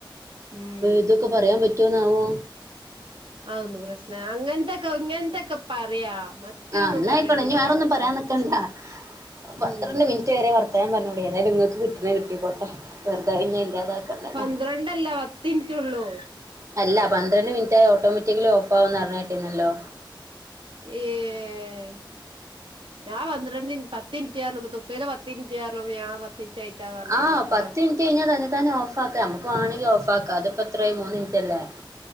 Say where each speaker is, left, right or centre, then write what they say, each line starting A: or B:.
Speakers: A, on the right (about 85°); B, on the right (about 40°).
A: ഉം
B: ഇതൊക്കെ പറയാൻ പറ്റുവോന്നാവോ
A: ആന്ന് പ്രശ്ന അങ്ങനത്തക്കെ ഇങ്ങനന്തക്കെപ്പ പറയാ മറ്റൊന്നും
B: ആ അന്നായിക്കോണെ
A: പറയരുതെന്നാ
B: നനി വേറെൊന്നും
A: പറഞ്ഞെ
B: പറയാൻ നക്കണ്ട പന്ത്രണ്ട്
A: ഉം
B: മിനിറ്റ് വരെ വർ അത്രഞൻവേഗം പറഞ്ഞോളിഎന്തായാലും നിങ്ങക്ക് കിട്ട കിട്ടിക്കോട്ടെ വെറുത <unintelligible> ഇല്ലാതാക്കണ്ടല്ലോ
A: പന്ത്രണ്ടല്ല പത്തിൻറ്റുള്ളൂ
B: അല്ല പന്ത്രണ്ട് മിനറ്റ് മ ഓട്ടോമാറ്റിക്കലി ഓഫ് ആവന്ന് അറിഞ്ഞ കേട്ടിുന്നല്ലോ
A: ഏ <unintelligible> പറഞ്ഞപ്പോ ഞാൻ പത്തിൻറ്റ് ആയിട്ടാ പറഞ്ഞാണ്ട്
B: ആ
A: വെക്കലാണ്
B: പത്ത് മിനിറ്റ് കഴിഞ്ഞാ തന്നെ തന്നെ ഓഫ് ആക്ക നമുക്ക് വണെങ്കിൽ ഓഫ് ആാക്കാം അത് പത്രായി മൂന്ന് മിനിറ്റ്ല്ലേ